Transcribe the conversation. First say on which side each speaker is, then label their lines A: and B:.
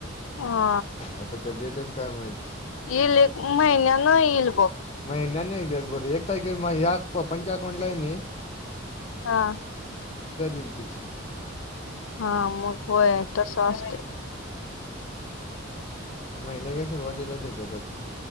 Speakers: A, on the left; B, on the left.
A: हा
B: आता कधी येतात काय माहित.
A: ईल एक महिन्या नं ईल बघ.
B: म यंदा नय हे घरभर येता कि मग या पं पंच अकाउंट लाई ने
A: हा.
B: दिलतीत.
A: हा, मग व्हय तस असते.
B: महिन्याच्या सुरुवातीला देत्यात वाटतं.